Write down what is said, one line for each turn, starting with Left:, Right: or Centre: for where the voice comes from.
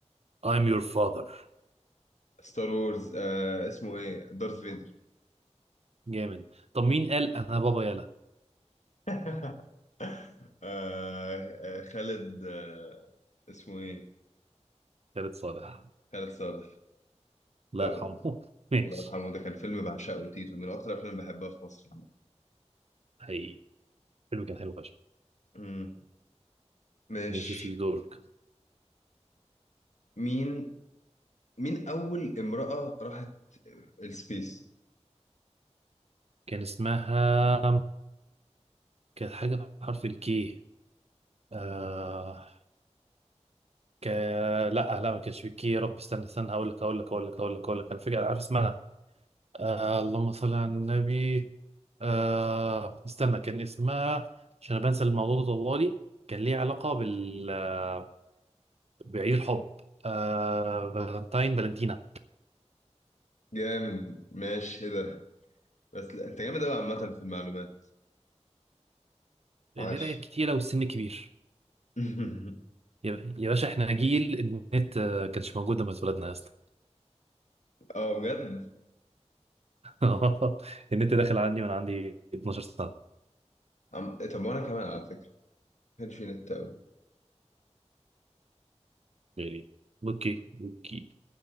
Right: I'm your father
Left: ستار وورز آه اسمه ايه دارث فيدر
Right: جامد طب مين قال انا بابا يلا
Left: <laughs> آه آه خالد آه اسمه ايه
Right: خالد صالح
Left: خالد صالح
Right: الله
Left: لو
Right: يرحمه <laughs> ماشي
Left: الله يرحمه ده كان فيلم بعشقه تيتو من اكتر افلام بحبها في مصر عامة.
Right: حقيقي الفيلم كان حلو فشخ
Left: امم ماشي
Right: ماشي يا سيدي دورك
Left: مين مين أول امرأة راحت السبيس؟
Right: كان اسمها كانت حاجه بحرف الكي آه... ك... لا لا ما كانش في كي يا رب استنى استنى هقول لك هقول لك هقول لك هقول لك هقول لك انا فاكر عارف اسمها آه اللهم صل على النبي آه استنى كان اسمها عشان أنا بنسى الموضوع ده طوالي كان ليه علاقة بال آه، بعيد الحب آه فالنتاين فالنتينا
Left: جامد ماشي إيه ده بس لا، أنت جامد أوي عامة في المعلومات
Right: القراية
Left: عاش
Right: كتيرة والسن كبير
Left: <laughs>
Right: يا يا باشا احنا جيل النت آه، كانش موجود لما اتولدنا يا اسطى
Left: أه بجد
Right: <laughs> النت داخل عندي وانا عندي 12 سنة
Left: عم... طب وأنا كمان على فكرة ما كانش في نت أوي
Right: يعني اوكي اوكي